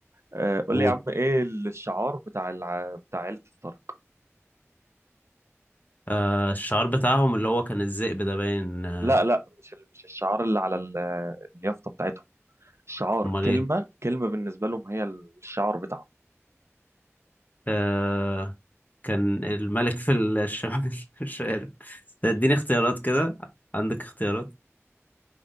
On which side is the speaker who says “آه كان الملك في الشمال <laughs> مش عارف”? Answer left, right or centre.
Left